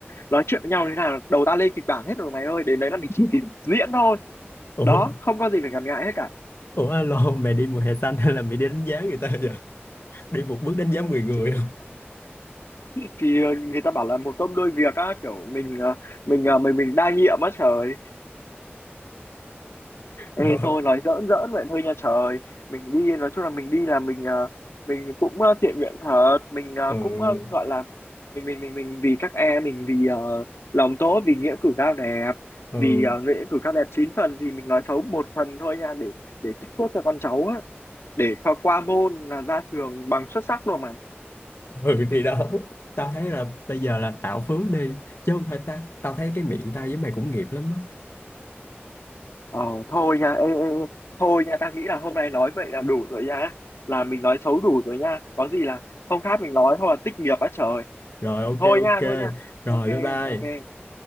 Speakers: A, on the left; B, on the left.
A: nói chuyện với nhau thế nào đầu tao lên kịch bản hết rồi mày ơi đến đấy là mình
B: <laughs>
A: chỉ kịp diễn thôi
B: ủa
A: đó không có gì phải ngần ngại hết
B: ủa alo mày đi mùa hè xanh hay là mày đi đánh giá người ta vậy đi một bước đánh giá mười người
A: cả
B: <laughs> hả?
A: thì ờ, người ta bảo là một công đôi việc á kiểu mình ờ, mình ờ, mình mình đa nhiệm á trời Ê
B: rồi
A: thôi nói giỡn giỡn vậy thôi nha trời mình đi nói chung là mình đi là mình ờ, mình cũng ờ, thiện nguyện thật mình ờ,
B: ừ
A: cũng ờ, gọi là mình mình mình mình vì các em mình vì ờ, lòng tốt vì nghĩa cử cao đẹp
B: ừ
A: vì ờ, nghĩa cử cao đẹp 9 phần thì mình nói xấu một phần thôi nha để để tích phước cho con cháu á để cho qua môn là ra trường bằng xuất sắc luôn mà
B: ừ thì đó tao thấy là bây giờ là tạo phước đi chứ không phải ta tao thấy cái miệng tao với mày cũng nghiệp lắm á.
A: Ờ, thôi nha, ê, ê, ê. thôi nha, tao nghĩ là hôm nay nói vậy là đủ rồi nha, là mình nói xấu đủ rồi nha, có gì là hôm khác mình nói hoặc là tích nghiệp á trời,
B: Rồi ok
A: thôi
B: ok.
A: nha, thôi nha,
B: Rồi
A: ok,
B: bye bye.
A: ok.